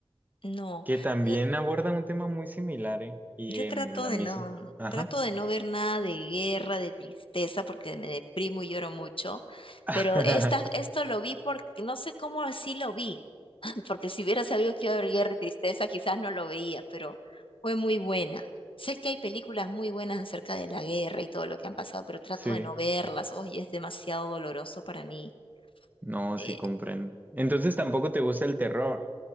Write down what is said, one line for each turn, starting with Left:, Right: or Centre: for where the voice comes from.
Left: No.
Right: que también
Left: yo,
Right: aborda un tema muy similar, ¿eh? Y
Left: Yo
Right: en
Left: trato
Right: la
Left: de
Right: misma.
Left: no,
Right: Ajá.
Left: trato de no ver nada de guerra, de tristeza, porque me deprimo y lloro mucho.
Right: <laughs>
Left: Pero esta, esto lo vi porque no sé cómo así lo vi, <laughs> porque si hubiera sabido que iba a haber guerra y tristeza, quizás no lo veía, pero fue muy buena. Sé que hay películas muy buenas acerca de la guerra y todo lo que han pasado, pero trato
Right: Sí,
Left: de no verlas. Oye, es demasiado doloroso para mí.
Right: no,
Left: Eh,
Right: sí comprendo. Entonces tampoco te gusta el terror.